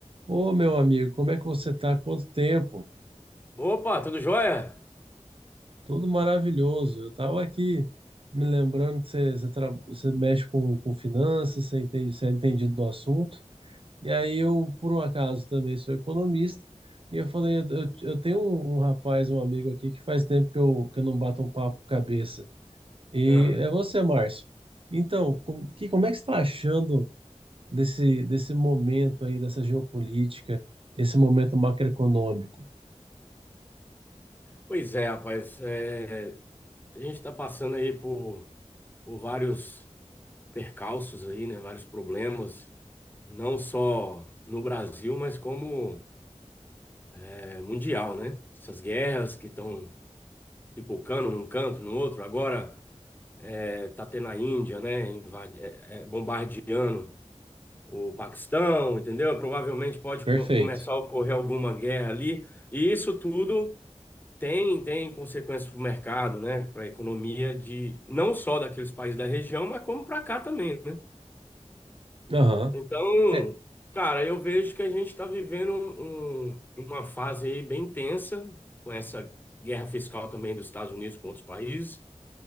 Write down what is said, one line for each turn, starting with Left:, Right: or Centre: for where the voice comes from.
Right: Ô, meu amigo, como é que você tá? Quanto tempo?
Left: Opa, tudo jóia?
Right: Tudo maravilhoso. Eu tava aqui me lembrando que você, você, tra- você mexe com, com finanças, você entende, você é entendido do assunto. E aí eu, por um acaso, também sou economista. E eu falei, eu, eu- eu tenho um, um rapaz, um amigo aqui, que faz tempo que eu, que eu não bato um papo cabeça. E
Left: Ah,
Right: é você, Márcio. Então, com, que, como é que você está achando desse, desse momento aí, dessa geopolítica, esse momento macroeconômico?
Left: pois é, rapaz. é, a gente está passando aí por, por vários percalços aí, né? Vários problemas, não só no Brasil, mas como é, mundial, né? Essas guerras que estão pipocando num canto, no outro. Agora é, tá tendo a Índia, né? Invade, é, é, bombardeando o Paquistão, entendeu? Provavelmente pode
Right: Perfeito.
Left: co- começar a ocorrer alguma guerra ali. E isso tudo. Tem, tem consequências para o mercado, né? Para a economia de não só daqueles países da região, mas como para cá também, né?
Right: Aham.
Left: Então,
Right: É,
Left: cara, eu vejo que a gente está vivendo um- um, uma fase aí bem tensa com essa guerra fiscal também dos Estados Unidos com outros países.